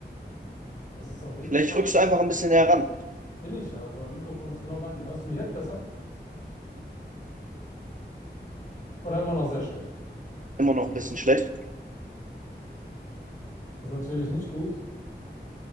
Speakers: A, on the left (about 45°); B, on the right (about 45°).
A: das ist auf jeden
B: Vielleicht
A: Fall.
B: rückst du einfach ein bisschen heran.
A: Bin ich ja. Also, mein Mikrofon ist genau bei mir. Hörst du mich jetzt besser? Oder immer noch sehr schlecht?
B: Immer noch ein bisschen schlecht.
A: Das ist natürlich nicht gut.